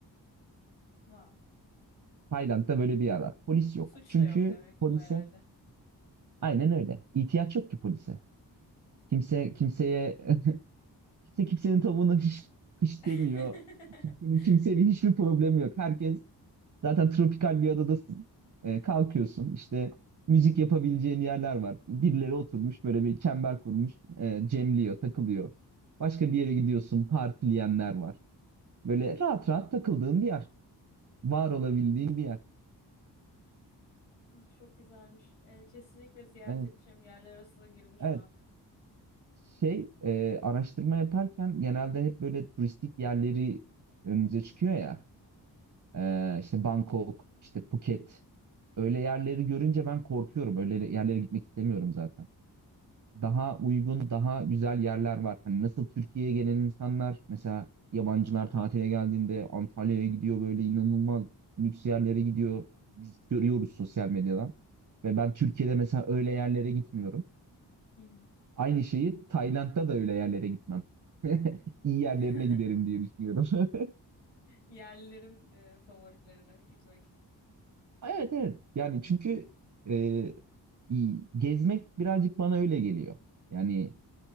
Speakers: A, on the left; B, on the right.
A: Wow.
B: Tayland'da böyle bir yer var. Polis yok.
A: Suç
B: Çünkü
A: da yok demek
B: polise
A: bu herhalde.
B: aynen öyle. İhtiyaç yok ki polise. Kimse kimseye Kimse kimsenin tavuğuna hiç kış
A: <laughs>
B: demiyor. Kimsenin kimseyle hiçbir problemi yok. Herkes zaten tropikal bir adadasın. Ee, kalkıyorsun işte müzik yapabileceğin yerler var. Birileri oturmuş böyle bir çember kurmuş. E, cemliyor, takılıyor. Başka bir yere gidiyorsun partileyenler var. Böyle rahat rahat takıldığın bir yer. Var olabildiğin bir yer.
A: Aa, Çok güzelmiş. Ee, kesinlikle ziyaret
B: Evet.
A: edeceğim yerler arasında girdi şu
B: Evet.
A: an.
B: Şey e, araştırma yaparken genelde hep böyle turistik yerleri önümüze çıkıyor ya. Ee, işte Bangkok, işte Phuket. Öyle yerleri görünce ben korkuyorum. Öyle yerlere gitmek istemiyorum zaten. Daha uygun, daha güzel yerler var. Hani nasıl Türkiye'ye gelen insanlar mesela yabancılar tatile geldiğinde Antalya'ya gidiyor böyle inanılmaz lüks yerlere gidiyor. Biz görüyoruz
A: Hı hı.
B: sosyal medyadan. Ve ben Türkiye'de mesela öyle yerlere gitmiyorum.
A: Hı hı.
B: Aynı şeyi Tayland'da da öyle yerlere gitmem. <laughs> İyi
A: <laughs>
B: yerlerine giderim diye düşünüyorum. <laughs>
A: Yerlilerin e, favorilerine gitmek.
B: Evet evet. Yani çünkü e, iyi- gezmek birazcık bana öyle geliyor. Yani